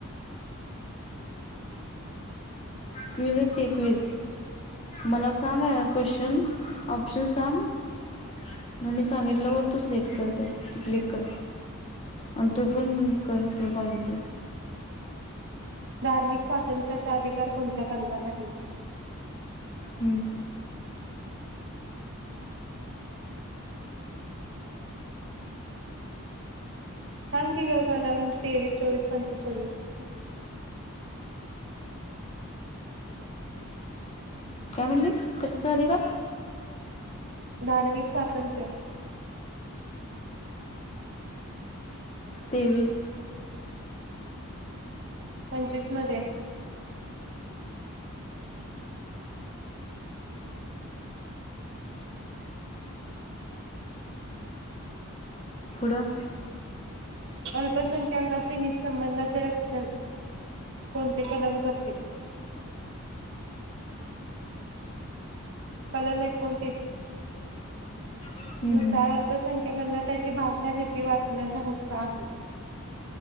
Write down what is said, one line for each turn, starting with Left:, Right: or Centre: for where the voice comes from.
Left: क्विझ ये ते क्विझ मला सांग आ क्वेश्चन ऑप्शन सांग आणि सांगितल्यावर तू सिलेक्ट
Right: हम्म
Left: कर ते ती क्लीक कर आण तो पण कर तुला पाहिजे ते
Right: धार्मिक स्वातंत्र्याचा अधिकार कोणत्या कलमात आहे.
Left: हम्म
Right: सांग की गं कलम तेवीस, चोवीस, पंचवीस, सव्हीस.
Left: काय म्हणलीस! कशाचा अधिकार?
Right: धार्मिक स्वातंत्र्य
Left: तेवीस
Right: पंचवीस मध्ये,
Left: पुढं,
Right: अल्पसंख्याकाचे हितसंबंधांचे रक्षण कोणते कलम करते? कलम एकोणतीस,
Left: हं,
Right: नुसार
Left: हं.
Right: अल्पसंख्याकांना त्याची भाषा लिपी वाचण्याचा हक्क आहे.